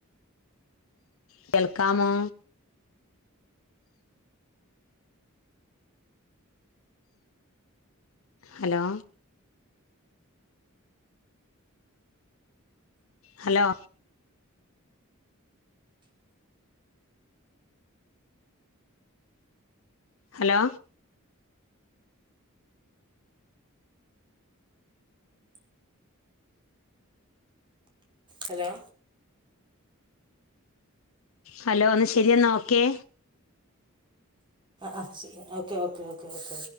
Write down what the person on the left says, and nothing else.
കേൾക്കാമോ hello hello hello
hello ഒന്ന് ശെരിയാന്ന്നോക്കേ